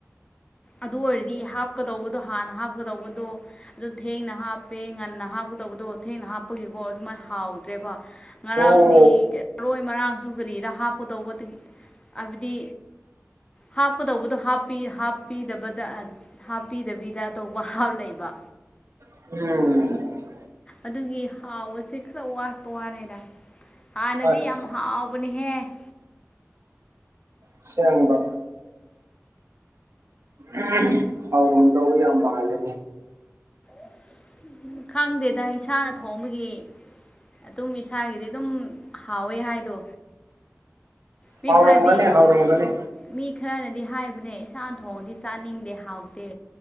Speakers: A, on the left; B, on the right.
A: ꯑꯗꯨ ꯑꯣꯏꯔꯗꯤ ꯍꯥꯞꯀꯗꯧꯕꯗꯣ ꯍꯥꯟꯅ ꯍꯥꯞꯀꯗꯧꯕꯗꯣ ꯑꯗꯨ ꯊꯦꯡꯅ ꯍꯥꯞꯄꯦ ꯉꯟꯅ ꯍꯥꯞꯀꯗꯧꯕꯗꯣ ꯊꯦꯡꯅ ꯍꯥꯞꯄꯒꯤꯀꯣ ꯑꯗꯨꯃꯥꯏꯅ ꯍꯥꯎꯗ꯭ꯔꯦꯕ ꯉꯔꯥꯡꯗꯤ
B: ꯑꯣ
A: ꯃꯔꯣꯏ ꯃꯔꯥꯡꯁꯨ ꯀꯔꯤꯔ ꯍꯥꯞꯀꯗꯧꯕꯗꯤ ꯍꯥꯏꯕꯗꯤ꯫ ꯍꯥꯞꯀꯗꯧꯕꯗꯣ ꯍꯥꯞꯄꯤ ꯍꯥꯞ꯫ ꯄꯤꯗꯕꯗ ꯍꯥꯞꯄꯤꯗꯕꯤꯗ ꯑꯇꯣꯞꯄ ꯍꯥꯞ ꯂꯩꯕ꯫
B: ꯎꯝ꯫
A: ꯑꯗꯨꯒꯤ ꯍꯥꯎꯕꯁꯦ ꯈꯔ ꯋꯥꯠꯄ ꯋꯥꯅꯦꯗ ꯍꯥꯟꯅꯗꯤ
B: ꯑꯁ
A: ꯌꯥꯝ ꯍꯥꯎꯕ꯫ ꯍꯥꯎꯕꯅꯤꯍꯦ꯫
B: ꯑꯁꯦꯡꯕ꯫ ꯑꯍꯝ ꯍꯥꯎꯔꯝꯗꯧꯕ ꯌꯥꯝ ꯃꯥꯜꯂꯦ꯫
A: ꯑꯁ ꯈꯪꯗꯦꯗ ꯏꯁꯥꯅ ꯊꯣꯡꯕꯒꯤ꯫ ꯑꯗꯨꯝ ꯏꯁꯥꯒꯤꯗꯤ ꯑꯗꯨꯝ ꯍꯥꯎꯋꯦ ꯍꯥꯏꯗꯣ꯫ ꯃꯤ
B: ꯍꯥꯎꯔꯝꯒꯅꯤ
A: ꯈ꯭ꯔꯗꯤ꯫
B: ꯍꯥꯎꯔꯝꯒꯅꯤ
A: ꯃꯤ ꯈꯔꯅꯗꯤ ꯍꯥꯏꯕꯅꯦ ꯏꯁꯥꯅ ꯊꯣꯡꯗꯤ ꯆꯥꯅꯤꯡꯗꯦ ꯍꯥꯎꯇꯦ꯫